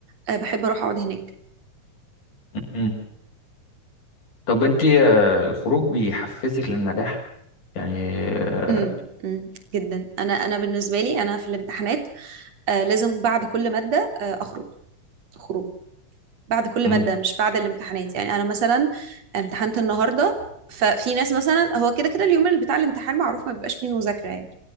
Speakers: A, on the right (about 55°); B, on the left (about 75°).
A: آه، بحب اروح اقعد هناك
B: م- م. طب انتي آه، الخروج بيحفزك للنجاح يعني آه،
A: امم أمم، جدا انا انا بالنسبه لي انا في الامتحانات آه، لازم بعد كل ماده آه، اخرج خروج بعد كل
B: م-
A: مادة مش بعد الامتحانات يعني أنا مثلا امتحنت النهاردة ففي ناس مثلا هو كده كده اليوم اللي بتاع الامتحان معروف ما بيبقاش فيه مذاكرة يعني